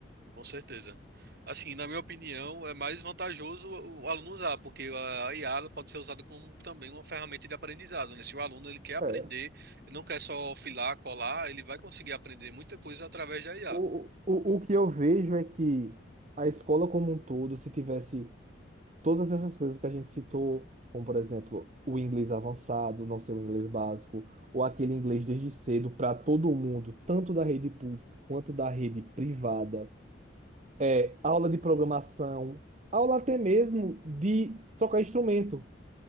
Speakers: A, on the right; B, on the right.
A: Com certeza. Assim, na minha opinião, é mais vantajoso o o aluno usar, porque a IA ela pode ser usada como também uma ferramenta de aprendizado, né? Se o aluno ele quer aprender,
B: É.
A: ele não quer só filar, colar, ele vai conseguir aprender muita coisa através da IA.
B: O, o, o que eu vejo é que a escola como um todo, se tivesse todas essas coisas que a gente citou, como por exemplo, o inglês avançado, não ser o inglês básico, ou aquele inglês desde cedo para todo mundo, tanto da rede pública quanto da rede privada, é, aula de programação, aula até mesmo de tocar instrumento.